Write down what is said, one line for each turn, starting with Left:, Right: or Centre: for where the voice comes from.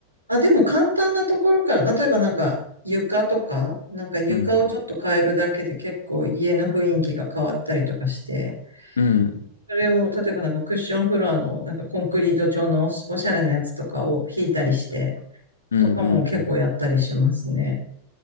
Right: あ、でも簡単なところから、例えばなんか床とか、なんか床をちょっと変えるだけで結構家の雰囲気が変わったりとかして、
Left: うんうん、
Right: それを例えばなんかクッションフロアのなんかコンクリート調のおしおしゃれなやつとかを引いたりして、
Left: うん、
Right: とかも結構やったりしますね。
Left: うん、うん